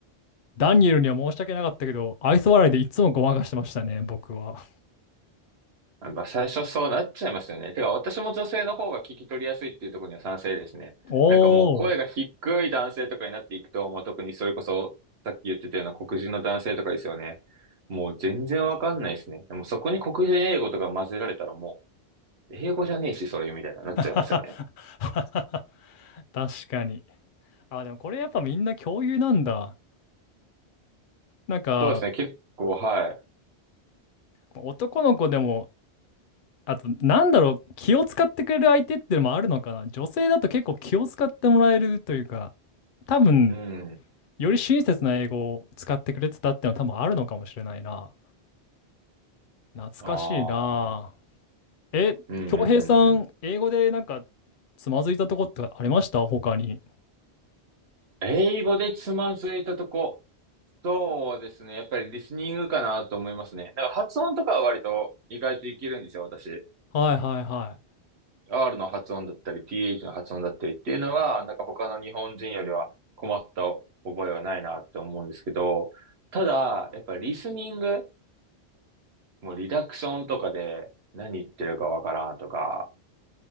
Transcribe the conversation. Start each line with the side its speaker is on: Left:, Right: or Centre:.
Left: ダニエルには申し訳なかったけど、愛想笑いでいつもごまかしてましたね、僕は。
Right: やっぱ最初そうなっちゃいますよね。てか、私も女性の方が聞き取りやすいっていうところには賛成ですね。
Left: おー、
Right: なんかもう声が低い男性とかになっていくと、もう特にそれこそ、さっき言ってたような黒人の男性とかですよね。もう全然わかんないですね。でもそこに黒人英語とか混ぜられたらもう、英語じゃねえし、それみたいななっちゃいますよね。
Left: <laughs> はははは確かに。あ、でもこれやっぱみんな共有なんだ。なんか、
Right: そうですね、結構、は
Left: 男の子でも、あと、なんだろう、気を使ってくれる相手ってのもあるのかな。女性だと結構気を使ってもらえるというか、多分、
Right: い。うん。
Left: より親切な英語を使ってくれてたってのは多分あるのかもしれないな。懐かしいな。
Right: ああ。
Left: え、
Right: うんうんうんうん。
Left: 恭平さん、英語でなんかつまずいたとこってありました他に。
Right: 英語でつまずいたとこ。そうですね。やっぱりリスニングかなと思いますね。なんか発音とかは割と意外といけるんですよ、私。
Left: はいはいはい。
Right: R の発音だったり、TH の発音だったりっていうのは、なんか他の日本人よりは困った覚えはないなって思うんですけど、ただ、やっぱりリスニング、もうリダクションとかで何言ってるかわからんとか、